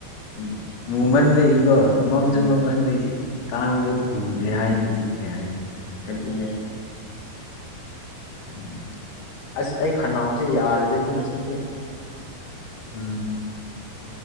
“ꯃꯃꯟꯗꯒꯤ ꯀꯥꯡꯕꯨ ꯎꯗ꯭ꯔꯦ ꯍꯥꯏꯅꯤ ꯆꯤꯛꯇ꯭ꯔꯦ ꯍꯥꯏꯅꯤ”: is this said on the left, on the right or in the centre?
Left